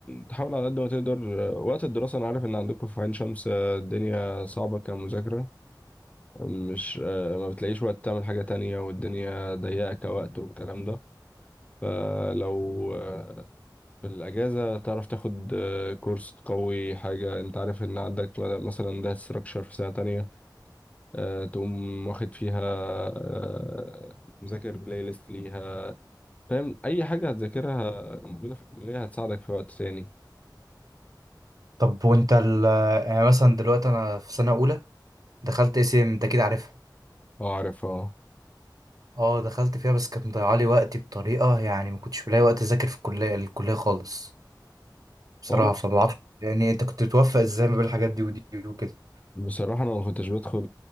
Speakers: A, on the left; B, on the right.
A: تحاول على قد ما تقدر آه، وقت الدراسة أنا عارف إن عندكم في عين شمس آه، الدنيا صعبة كمذاكرة مش آه، ما بتلاقيش وقت تعمل حاجة تانية والدنيا ضيقة كوقت والكلام ده فلو آه، في الأجازة تعرف تاخد آه، كورس قوي حاجة أنت عارف إن عندك مثلا ده ستراكشر في سنة تانية آه، تقوم واخد فيها آه، مذاكر بلاي ليست ليها فاهم اي حاجه هتذاكرها موجوده في الكليه هتساعدك في وقت ثاني
B: طب وانت ال آه، يعني مثلا دلوقتي انا في سنة اولى دخلت اس ام انت اكيد عارفها
A: اه عارف اه
B: اه دخلت فيها بس كانت مضيعة لي وقتي بطريقة يعني ما كنتش بلاقي وقت اذاكر في الكلية الكلية خالص بصراحة
A: هو انا بص-
B: فما اعرفش يعني انت كنت بتوفق ازاي ما بين الحاجات دي ودي وكده
A: بصراحه انا ما كنتش بدخل